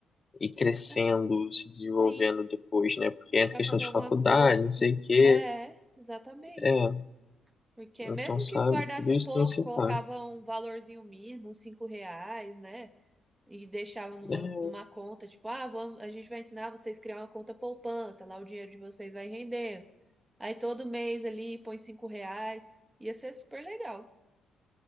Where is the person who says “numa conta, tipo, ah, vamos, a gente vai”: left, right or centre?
Right